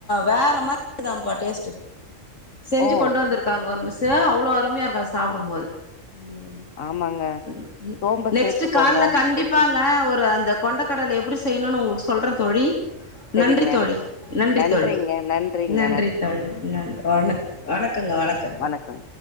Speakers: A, on the left (about 70°); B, on the left (about 80°).
A: வேற மாதிரின்ப்பா டேஸ்ட்டு செஞ்சு
B: ஓ
A: கொண்டு வந்திருக்காங்க ஒருமிஸ்சு அவ்ள அருமையா இருக்கா சாப்டும் போது உ
B: ஆமாங்க சோம்பு
A: நெக்ஸ்ட்
B: சேத்துக்கோங்க
A: கால்ல கண்டிப் இருப்பாங்க ஒரு அந்த கொண்ட கடல எப்படி செய்யணும்னு உங்களுக்கு சொல்றே தோழி
B: சரிங்க
A: நன்றி தோழி நன்றி
B: நன்றிங்க
A: தோழி
B: நன்றிங்க
A: நன்றி தோழி நன்றி வணக் வணக்கங்க வணக்
B: வணக்கோ